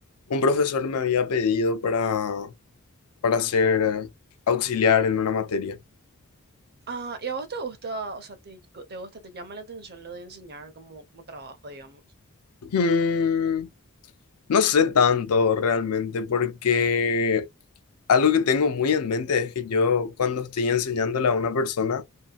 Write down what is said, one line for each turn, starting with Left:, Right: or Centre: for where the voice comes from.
Left: un profesor me había pedido para, para ser auxiliar en una materia.
Right: Ah, ¿y a vos te gusta, o sea, te, te gusta, te llama la atención lo de enseñar como, como trabajo, digamos?
Left: Hmm, no sé tanto realmente, porque algo que tengo muy en mente es que yo cuando estoy enseñándole a una persona,